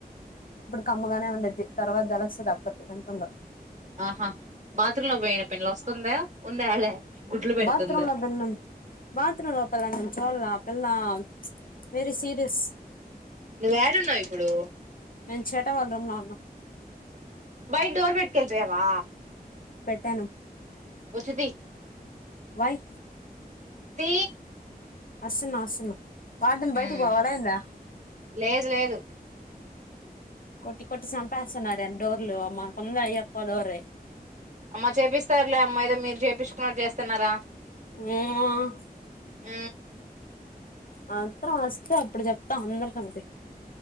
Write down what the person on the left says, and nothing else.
కమ్ముగానే ఉండద్ది తర్వాత జరస్తుంది ప్రతి గంటంలో
బాత్రూమ్ లో పెం బాత్రూమ్ లోపలా చో లా వెర సీరియస్
ఎ చేటా వళరం నన్న
తనం
వయ్
అసను అసను వాని
బయటికి పోవ అలా ఎందా
కొట్టి కొట్టి సంపాస్తున్నారుారేని డోర్లు మాకుంద అ ఎక్కువ ోరే
ఊ.. మ్మో
అం త్ర వస్తే అప్పుడు చెప్తా అందరి సంగతి